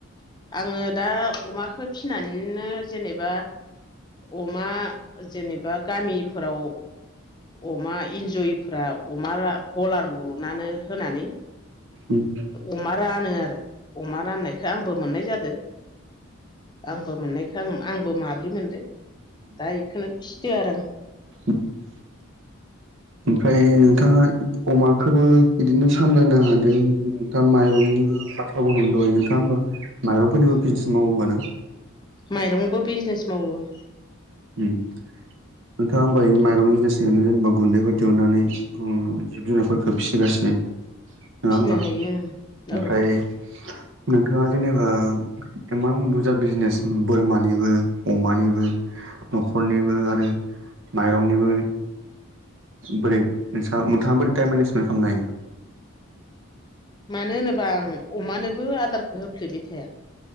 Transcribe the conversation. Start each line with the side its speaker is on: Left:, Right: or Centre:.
Left: आङो दा अमाखौ फिनानैनो जेनेबा अमा जेनेबा गामिफोराव अमा एन्जयफ्रा अमा गलार लुनानै होनानै
Right: उम
Left: अमा रानो आरो अमा राननायखौ आंबो मोननाय जादों आंबो मोननायखौ आं आंबो माब्रै मोनदो दा बेखौनो फिदो आरो आं
Right: उम ओमफ्राय नोंथाङा अमाखौबो बिदिनो सामलायनो हादों नोंथाङा माइरंनि बाथ्रा बुंदोंमोन दै नोंथाङा होमबा माइरंफोरनिबो
Left: उम
Right: बिजनेस मावो हमबा नों
Left: माइरंबो बिजनेस मावो
Right: नोंथाङा होमबा बि माइरं बिजनेस जेनेबा गुन्दैखौ दौनानै जिब जुनारफोरखौ फिसिगासिनो नङा
Left: फिनो
Right: होमबा
Left: हायो
Right: ओमफ्राय
Left: ओं औ उम
Right: नोंथाङा जेनेबा इमान बुरजा बिजनेस बोरमानिबो अमानिबो
Left: <inaudible>
Right: न'खरनिबो आरो माइरंनिबो बोरै नों नोंथाङा बोरै टाइम मेनेजमेन्ट खालामनो हायो
Left: मानो होनोबा आं अमानोबो आदारखौ होफ्लेबाय थाया